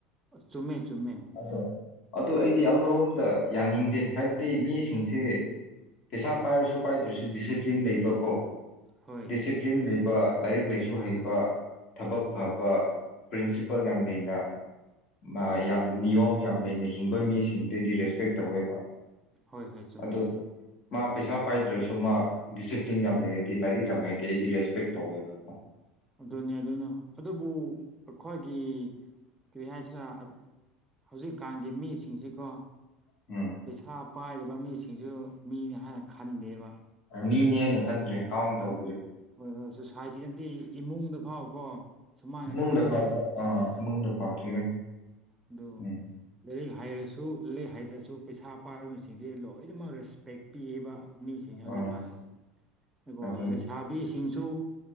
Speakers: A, on the right; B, on the left.
A: ꯆꯨꯝꯃꯦ ꯆꯨꯝꯃꯦ
B: ꯑꯗꯣ ꯑꯗꯨ ꯑꯩꯗꯤ ꯑꯃꯔꯣꯝꯗ ꯌꯥꯅꯤꯡꯗꯦ ꯍꯥꯏꯕꯗꯤ ꯃꯤ ꯁꯤꯡꯁꯤ ꯄꯩꯁꯥ ꯄꯥꯏꯔꯁꯨ ꯄꯥꯏꯗ꯭ꯔꯁꯨ ꯗꯤꯁꯤꯄ꯭ꯂꯤꯟ ꯂꯩꯕꯀꯣ
A: ꯍꯣꯏ
B: ꯗꯤꯁꯤꯄ꯭ꯂꯤꯟ ꯂꯩꯕ ꯂꯥꯏꯔꯤꯛ ꯂꯥꯏꯁꯨ ꯍꯩꯕ ꯊꯕꯛ ꯐꯕ ꯄ꯭ꯔꯤꯟꯁꯤꯄꯜ ꯌꯥꯝ ꯂꯩꯅ ꯃꯥ ꯌꯥꯝ ꯅꯤꯌꯣꯝ ꯌꯥꯝ ꯂꯩꯅ ꯍꯤꯡꯕ ꯃꯤꯁꯤꯡꯕꯨꯗꯤ ꯑꯩꯗꯤ ꯔꯦꯁꯄꯦꯛ ꯇꯧꯋꯦꯕ
A: ꯍꯣꯏ ꯍꯣꯏ ꯆꯨꯝꯃꯦ
B: ꯑꯗꯣ ꯃꯥ ꯄꯩꯁꯥ ꯄꯥꯏꯗ꯭ꯔꯁꯨ ꯃꯥ ꯗꯤꯁꯤꯄ꯭ꯂꯤꯟ ꯌꯥꯝ ꯂꯩꯔꯗꯤ ꯂꯥꯏꯔꯤꯛ ꯌꯥꯝ ꯍꯩꯔꯗꯤ ꯑꯩꯗꯤ ꯔꯦꯁꯄꯦꯛ ꯇꯧꯋꯦꯕꯀꯣ
A: ꯑꯗꯨꯅꯦ ꯑꯗꯨꯅ ꯑꯗꯨꯕꯨ ꯑꯩꯈꯣꯏꯒꯤ ꯀꯔꯤ ꯍꯥꯏꯁꯤꯔ ꯥ ꯍꯧꯖꯤꯛꯀꯥꯟꯒꯤ ꯃꯤꯁꯤꯡꯁꯤꯀꯣ
B: ꯎꯝ
A: ꯄꯩꯁꯥ ꯄꯥꯏꯗꯕ ꯃꯤꯁꯤꯡꯁꯨ ꯃꯤꯅꯤ ꯍꯥꯏꯅ ꯈꯟꯗꯦꯕ
B: ꯃꯤꯅꯤ ꯍꯥꯏꯅ ꯈꯟꯗ꯭ꯔꯦ ꯀꯥꯔꯝ ꯇꯧ
A: ꯍꯣꯏ ꯍꯣꯏ ꯁꯣꯁꯥꯏꯇꯤꯅꯗꯤ ꯏꯃꯨꯡꯗ ꯐꯥꯎ ꯀꯣ ꯁꯨꯃꯥꯏꯅ
B: ꯏꯃꯨꯡꯗ
A: ꯈꯟꯗꯦꯕ
B: ꯐꯥꯎꯕ ꯑꯥ ꯏꯃꯨꯡꯗ ꯐꯥꯎ ꯆꯨꯝꯃꯦ
A: ꯑꯗꯨ
B: ꯎꯝ
A: ꯂꯥꯏꯔꯤꯛ ꯍꯥꯏꯔꯁꯨ ꯂꯥꯏꯔꯤꯛ ꯍꯥꯏꯗ꯭ꯔꯁꯨ ꯄꯩꯁꯥ ꯄꯥꯏꯕꯁꯤꯡꯁꯦ ꯂꯣꯏꯅꯃꯛ ꯔꯦꯁꯄꯦꯛ ꯄꯤꯌꯦꯕꯥ ꯃꯤꯁꯤꯡꯁꯦ ꯍꯧꯖꯤꯛꯀꯥꯟꯁꯦ
B: ꯑꯥ
A: ꯏꯕꯣ
B: ꯑꯗꯨꯅꯤ
A: ꯂꯩꯁꯥꯕꯤꯁꯤꯡꯁꯨ